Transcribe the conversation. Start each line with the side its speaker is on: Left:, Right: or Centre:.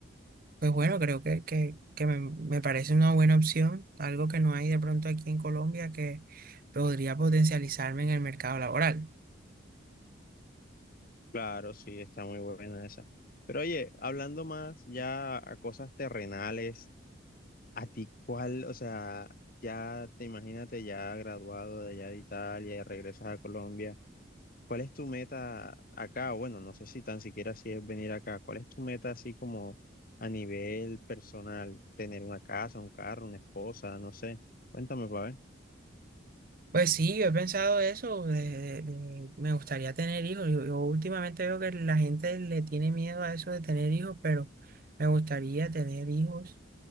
Right: pues bueno, creo que, que, que me, me parece una buena opción, algo que no hay de pronto aquí en Colombia que podría potencializarme en el mercado laboral.
Left: Claro, sí, está muy buena esa. Pero oye, hablando más ya a cosas terrenales, ¿a ti cuál, o sea, ya te imagínate ya graduado de allá de Italia y regresas a Colombia, ¿cuál es tu meta acá? O Bueno, no sé si tan siquiera si es venir acá, ¿cuál es tu meta así como a nivel personal? ¿Tener una casa, un carro, una esposa? No sé. Cuéntame, para ver.
Right: Pues sí, yo he pensado eso, de- de- de- me gustaría tener hijos. Yo, yo últimamente veo que la gente le tiene miedo a eso de tener hijos, pero me gustaría tener hijos